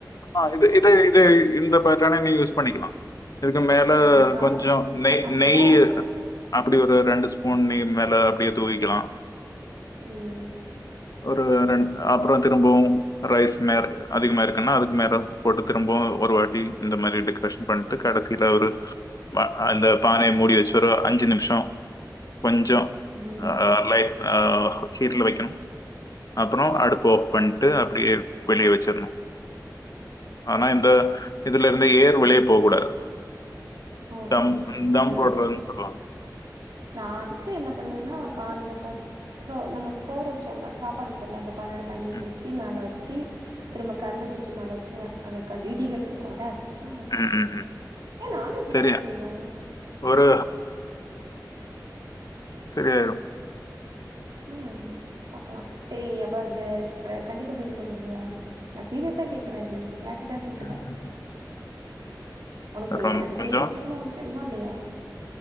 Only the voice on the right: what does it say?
ம் நா
அப்டிதா
ஊத்துவே
ம்
ம்
ஓகே
அது
நா அதுக்கு என்ன பண்ணுவேன்னா பானையில சோத் சோ நம்ம சோறு வச்சோல்லல சாப்பாடு வச்சோல்ல அந்த பனடு தண்ணிய
புடிச்சு மேல வச் ச்சி திரும்ப கல்லு தூக்கி மேல வச்சுருவே அந்த கல் இடிகள் தூக்குவோல அதக் தூக்கி முன்னா வச்ருவே
ஏ நானு இப்டித்தான்டா
செய்வே
ம் பாக்கலா சரி நீ அப்ப அது அ கண்டிப்பா செஞ்சுக் கொண்டுவர்வியா நா சீரியஸா கேக்குறே இது விளாட்டுக்கா கேட்கல
உனக்கு
சொல்லு எனக்கு
பிரியாணி பிடிக்கும்னு உனக்கு தெரியுமா இல்லையா